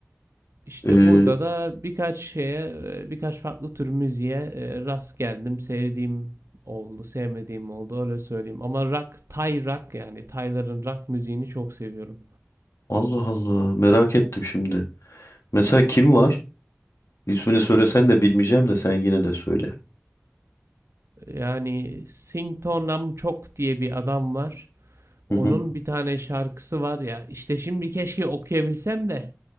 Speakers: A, on the right; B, on the left.
A: işte
B: Ee,
A: burada da birkaç şeye, e, birkaç farklı tür müziğe e, rast geldim. Sevdiğim oldu, sevmediğim oldu öyle söyleyeyim. Ama rock, Tay rock yani Tayların rock müziğini çok seviyorum.
B: Allah Allah merak ettim şimdi. Mesela kim var? İsmini söylesen de bilmeyeceğim de sen yine de söyle.
A: Yani Sing Tonam Chok diye bir adam var.
B: Hı
A: Onun
B: hı.
A: bir tane şarkısı var ya. İşte şimdi keşke okuyabilsem de